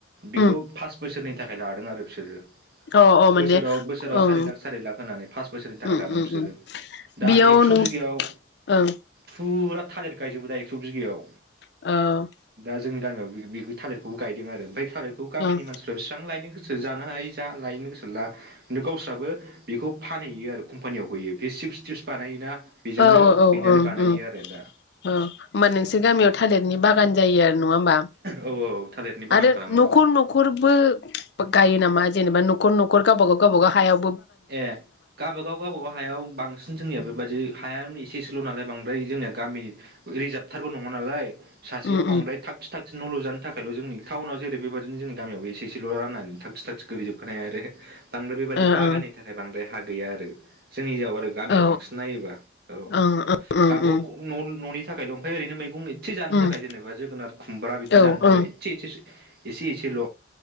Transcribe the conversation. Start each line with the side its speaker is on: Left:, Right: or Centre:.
Right: बिखौ
Left: उम
Right: फास बोसोरनि थाखाय लादों आरो बिसोरो।
Left: अ अ माने
Right: बोसोराव बोसोराव
Left: ओं
Right: सारि लाख सारि लाख होनानै फास बोसोरनि थाखाय
Left: उम
Right: लादों बिसोरो
Left: उम
Right: दा
Left: बेयाव
Right: एक्स'
Left: नों
Right: बिगायाव
Left: ओं
Right: फुरा थालिर गायजोबो दा एक्स' बिगायाव।
Left: औ
Right: दा जोंनि गामियाव थालिरखौबो गायदों आरो ओमफ्राय थालिरखौ गामिनि
Left: ओं
Right: मानसि बेसेबां लायनो गोसो जानो हायो जा लायनो गोसो ला माने गावस्रा बो बेखौ फानहैयो आरो कम्पानियाव हैयो बे चिपस टिपस बानायोना बेजोंनो
Left: औ औ ओं
Right: हैनानै बानायो
Left: ओं औ
Right: आरो दा
Left: होमबा नोंसोर
Right: औ।
Left: गामियाव थालिरनि बागान जायो आरो नङा होमबा
Right: औ औ थालिरनि बागान
Left: आरो
Right: खालामदों
Left: नखर, नखर न'खरबो गायो नामा जेनेबा न'खर न'खर गावबा गाव गावबा गाव हायाव
Right: ए गा गाबागाव गावबागाव हायाव बांसिन जोंनिया बेबादि हायानो एसे एसेल' नालाय बांद्राय जोंनिया गामि रिर्जाबथारबो नङा नालाय सासेयाव
Left: उम
Right: बांद्राय
Left: उम
Right: थाग थागथि न' लुजानो थाखायल' जोंनि टाउनाव जेरै बेबायदिनो जोंनि गामियावबो एसे एसेल' राननानै थागथि थागथि गोलैजोबखानाय आरो बांद्राय बेबादि
Left: ओ
Right: बागाननि
Left: ओं
Right: थाखाय बांद्राय हा गैया आरो जोंनि जायगायाव आरो गामियाव
Left: औ
Right: बांसिन नायोबा औ
Left: ओं ओं ओं
Right: गावबागाव
Left: उम
Right: न' न'नि थाखायल' ओमफ्राय ओरैनो मैगं एसे जानो
Left: उम
Right: थाखाय जेनेबा जोगोनार खुमब्रा बिदि
Left: औ ओं
Right: जानो थाखाय
Left: औ
Right: एसे एसे एसे एसेल'